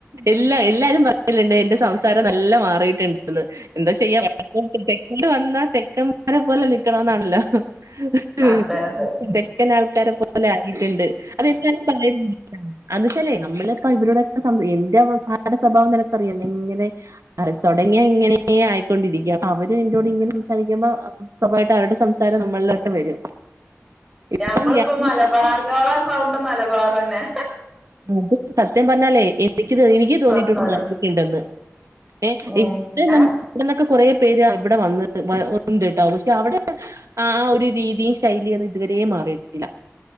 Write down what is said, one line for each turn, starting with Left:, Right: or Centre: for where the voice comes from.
Right: എല്ലാ എല്ലാരും പറയല്ണ്ട് എന്റെ സംസാരം നല്ല മാറിയിട്ട്ണ്ട് എന്താ ചെയ്യ തെക്ക വന്നാ തെക്കം ക്കാരെ പോലെ നിക്കണന്നാണല്ലോ ത്
Centre: അതെ അതെ
Right: തെക്കൻ ആൾക്കാരെ പോലെ ആയിട്ടുണ്ട് അതെല്ലാരും പറയല്ണ്ട് അതെന്ന് വച്ചേലെ നമ്മളൊക്കെ ഇവരുടെക്കെ എന്റെ ഭാർത്താവിന്റെ സ്വഭാവം നിനക്കറിയല്ലെ ഇങ്ങനെ അ തുടങ്ങിയ ഇങ്ങനെ ആയിക്കൊണ്ടിരിക്കുക അപ്പൊ അവരും എന്നോട് ഇങ്ങനെ സംസാരിക്കുമ്പോ സമായിട്ട് അവരുടെ സംസാരം നമ്മളിലോട്ട് വരും
Centre: ഞമ്മളിപ്പോ
Right: അപ്പൊ ഞാൻ
Centre: മലബാറിയാളെ സൗണ്ട് മലബാറന്നെ
Right: അത് സത്യം പറഞ്ഞാലേ എനിക്ക് എനിക്ക് തോന്നിട്ടണ്ട്
Centre: സംസാരം
Right: നോക്കിട്ടുണ്ടെന്ന് ഏ
Centre: ഉം
Right: ഇവിടെ നമ്മ
Centre: ഏഹ്
Right: ഇവിടെന്നൊക്കെ കൊറേ പേര് ഇവിടെ വന്ന് ഒണ്ട് ട്ടോ പക്ഷെ അവിടെ ആഹ് ഒരു രീതിയും ശൈലിയ ഒന്നും ഇതുവരെയ മാറിയിട്ടില്ല